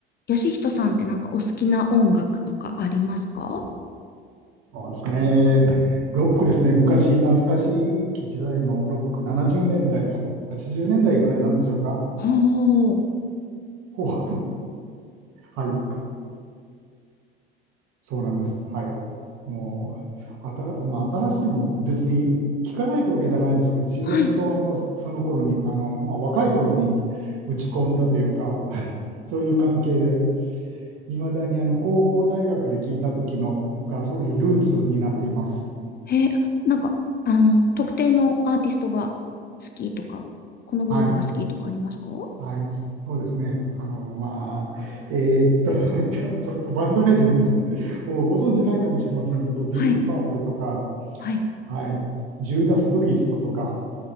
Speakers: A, on the left; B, on the right.
A: ヨシヒトさんってなんかお好きな音楽とかありますか
B: そうですね。ロックですね。昔、懐かしい時代のロック、70年代、80年代ぐらいなんでしょうか。
A: ほう。
B: ほう <laughs> はい、そうなんです。はい。もう、あたら、まあ、新しいのも別に聞かないというわけじゃないですけど、自然とあのその頃に、
A: はい。
B: あの、まあ、若い頃に打ち込んだというか、<laughs> そういう関係で、いまだにあの高校大学で聞いた時のが、そういうルーツになっています。
A: へえ、なんか、あの、特定のアーティストが好きとか、このグループが好きとかありますか
B: はい。はい、そうですね。あの、まあ、えーっと、<laughs> じゃあちょっとバンド名で言うと、<laughs> もうご存知ないかもしれませんけど、ディープパープルとか、
A: はい。はい。
B: はい、ジューダス・プリーストとか、